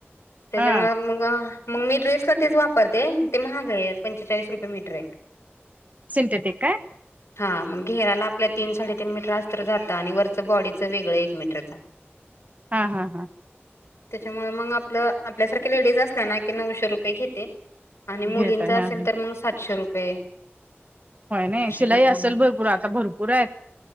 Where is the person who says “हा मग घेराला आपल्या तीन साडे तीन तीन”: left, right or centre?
Left